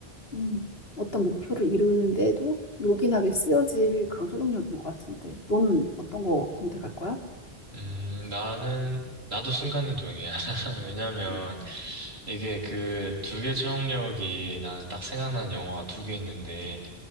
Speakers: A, on the left (about 70°); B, on the right (about 85°).
A: 음, 어떤 목표를 이루는데도 요긴하게 쓰여질 그런 초능력인 것 같은데. 너는 어떤 거 선택할 거야?
B: 음, 나는, 나도 순간이동이야. <laughs> 왜냐면,
A: 음,
B: 이게 그 두 개 초능력이 나는 딱 생각난 영화가 두 개 있는데,